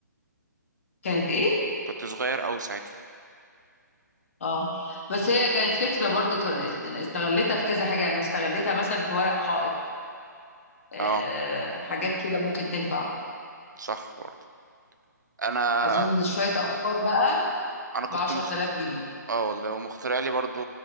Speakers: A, on the left; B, on the right.
A: كانت ايه
B: كنت صغير قوي ساعتها
A: اه بس هي كانت فكرة برضو كان است- أنا استغلتها في كذا حاجة يعني استغلتها مثلا في ورق حائط آه
B: اه
A: حاجات كده ممكن تنفع
B: صح برضه انا
A: اظن شوية افكار بقى
B: انا كنت
A: ب 10000
B: مخت...
A: جنيه
B: اه والله ومخترع لي برضو